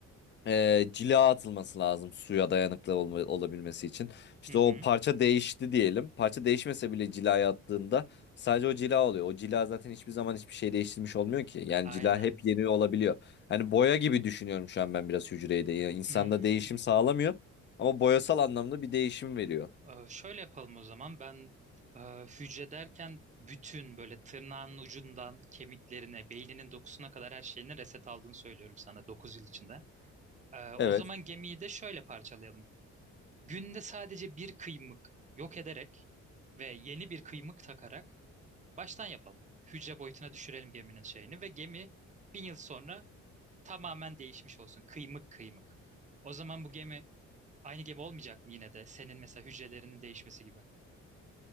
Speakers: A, on the left; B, on the right.
A: e, cila atılması lazım suya dayanıklı olma- olabilmesi için. İşte
B: Hı hı.
A: o
B: hı.
A: parça değişti diyelim. Parça değişmese bile cilaya attığında sadece o cila oluyor. O cila zaten hiçbir zaman hiçbir şey değiştirmiş olmuyor ki. Yani
B: Aynen.
A: cila hep yeni olabiliyor. Hani boya gibi düşünüyorum şu an ben biraz hücreyi de. Yani insanda
B: Hmm,
A: değişim sağlamıyor ama boyasal anlamda bir değişim veriyor.
B: e, şöyle yapalım o zaman. Ben e, hücre derken bütün böyle tırnağın ucundan kemiklerine, beyninin dokusuna kadar her şeyini reset aldığını söylüyorum sana 9 yıl içinde. E, o
A: Evet.
B: zaman gemiyi de şöyle parçalayalım. Günde sadece bir kıymık yok ederek ve yeni bir kıymık takarak baştan yapalım. Hücre boyutuna düşürelim geminin şeyini ve gemi bin yıl sonra tamamen değişmiş olsun. Kıymık kıymık. O zaman bu gemi Aynı gemi olmayacak mı yine de? Senin mesela hücrelerinin değişmesi gibi.